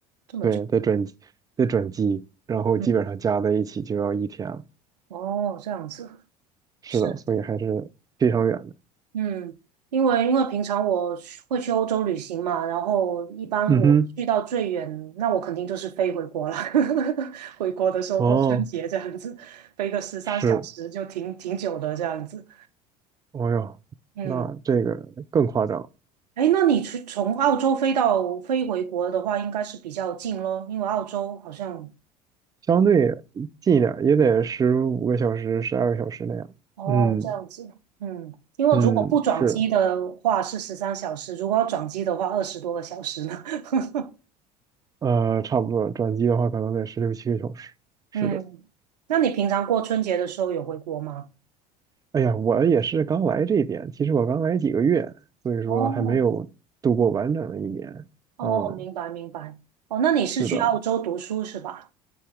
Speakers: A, on the right (about 80°); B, on the right (about 20°).
A: 这么久？
B: 对，再转机再转机，然后基本上加在一起就要一天了。
A: 嗯，哦，这样子，
B: 是的，
A: 是，
B: 所以还是非常远的。
A: 嗯，因为因为平常我去会去欧洲旅行嘛，然后一般我去到最远，
B: 嗯哼，
A: 那我肯定就是飞回国了。<laughs> 回国的时候过春节这样子，
B: 哦，
A: 飞个十三小时就挺挺久的这样子。
B: 是，哦哟，
A: 嗯。
B: 那这个更夸张，
A: 哎，那你去从澳洲飞到飞回国的话，应该是比较近咯，因为澳洲好像，
B: 相对近一点儿也得十五个小时、十二个小时那样。
A: 哦，
B: 嗯
A: 这样子。嗯，因为如果不转机的话是十三小时，
B: 嗯，是。
A: 如果要转机的话二十多个小时呢。<laughs>
B: 呃，差不多，转机的话可能得十六七个小时。是的，
A: 嗯，那你平常过春节的时候有回国吗？
B: 哎呀，我也是刚来这边，其实我刚来几个月，所以说还没有度过完整的一年。
A: 哦哦，
B: 嗯，
A: 明白明白。哦，那你是去澳洲读书是吧？
B: 是的，